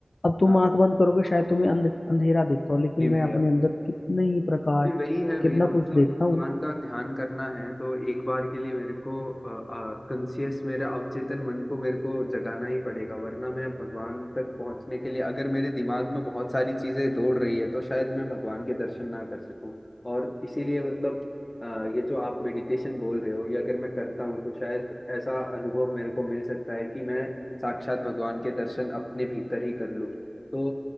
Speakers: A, on the left; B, on the left.
A: अब तुम
B: हाँ
A: आंख बंद करोगे शायद तुम्हें अंध, अंधेरा देखता हो लेकिन
B: जी भैया
A: मैं अपने अंदर कितने ही प्रकाश
B: जी वही है
A: कितना
B: भैया मतलब
A: कुछ देखता
B: भगवान
A: हूँ
B: का ध्यान करना है तो एक बार के लिए मेरे को कंसियस मेरे अवचेतन मन को मेरे को जगाना ही पड़ेगा वरना मैं भगवान तक पहुंचने के लिए अगर मेरे दिमाग में बहुत सारी चीजें दौड़ रही है तो शायद मैं भगवान के दर्शन ना कर सकूं और इसीलिए मतलब अ, ये जो आप मेडिटेशन बोल रहे हो ये अगर मैं करता हूँ तो शायद ऐसा अनुभव मेरे को मिल सकता है कि मैं साक्षात भगवान के दर्शन अपने भीतर ही कर लूँ तो